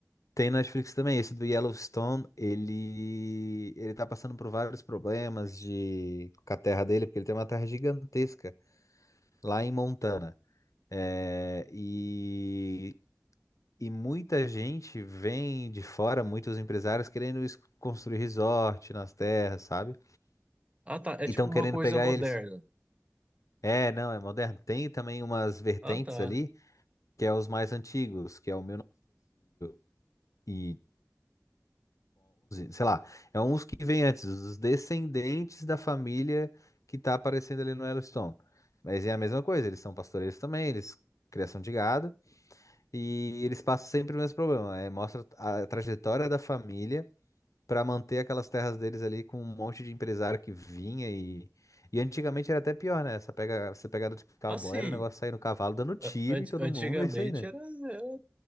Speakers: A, on the left; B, on the right.
A: tem na Netflix também. Esse do Yellowstone, ele ele tá passando por vários problemas de com a terra dele, porque ele tem uma terra gigantesca lá em Montana. É, e, e muita gente vem de fora, muitos empresários querendo es- construir resort nas terras, sabe?
B: Ah, tá. É
A: E
B: tipo
A: estão
B: uma
A: querendo
B: coisa
A: pegar
B: moderna.
A: eles. É, não, é moderno. Tem também umas vertentes
B: Ah, tá.
A: ali, que é os mais antigos, que é o 1911, sei lá. É uns que vêm antes, os descendentes da família que tá aparecendo ali no Yellowstone. Mas é a mesma coisa, eles são pastoreiros também, eles criação de gado. E eles passam sempre o mesmo problema. É, mostra a trajetória da família para manter aquelas terras deles ali com um monte de empresário que vinha e. E antigamente era até pior, né? Essa, pega, essa pegada de cowboy
B: Assim,
A: era o negócio sair no cavalo dando tiro
B: a- ant-
A: em todo
B: antigamente
A: mundo, é isso aí, né?
B: era, era-